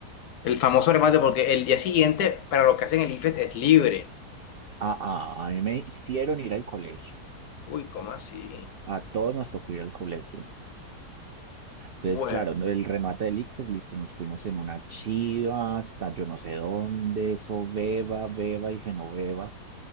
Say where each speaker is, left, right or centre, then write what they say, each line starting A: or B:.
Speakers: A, on the left; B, on the right.
A: El famoso remate, porque el día siguiente, para los que hacen el IFES, es libre.
B: Ah, ah, a mí me hicieron ir al colegio.
A: Uy, ¿cómo así?
B: A todos nos tocó ir al colegio. Entonces,
A: Bueno,
B: claro, no- el remate del ICFES, listo, nos fuimos en una chiva hasta yo no sé dónde, eso, Beba, Beba y Genoveva.